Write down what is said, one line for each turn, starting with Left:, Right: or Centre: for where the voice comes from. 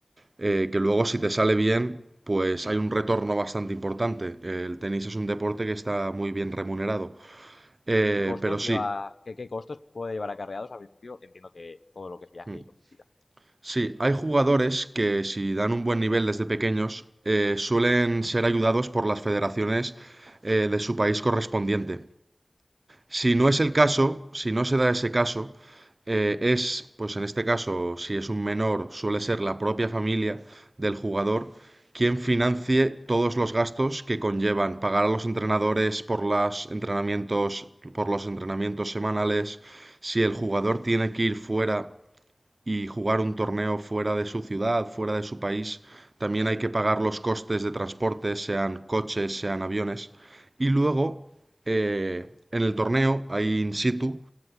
Right: eh, que luego si te sale bien, pues hay un retorno bastante importante. El tenis es un deporte que está muy bien remunerado. Eh,
Left: ¿Qué costos
Right: pero sí,
Left: lleva, qué, qué costos puede llevar acarreados al principio? Entiendo que todo lo que es viaje
Right: mm,
Left: y logística.
Right: sí, hay jugadores que si dan un buen nivel desde pequeños, eh, suelen ser ayudados por las federaciones eh, de su país correspondiente. Si
Left: Sí,
Right: no es el caso, si no se da ese caso, eh, es, pues en este caso, si es un menor, suele ser la propia familia del jugador quien financie todos los gastos que conllevan pagar a los entrenadores por los entrenamientos, por los entrenamientos semanales, si el jugador tiene que ir fuera y jugar un torneo fuera de su ciudad, fuera de su país, también hay que pagar los costes de transporte, sean coches, sean aviones. Y luego, eh, en el torneo, ahí in situ,